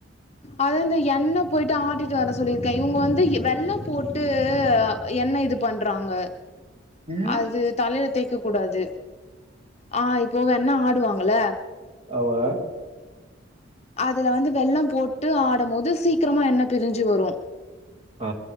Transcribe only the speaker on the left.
அத இந்த எண்ணெய் போயிட்டு ஆட்டிட்டு வர சொல்லியிருக்க இவங்க வந்து வெள்ளம் போட்டு எண்ணெய் இது பண்றாங்க
அது தலையில தேயிக்க கூடாது ஆ இப்போ வேண்ணா ஆடுவாங்கல
அதுல வந்து வெள்ளம் போட்டு ஆடம் போது சீக்கிரமா என்ன பிரிஞ்சு வரு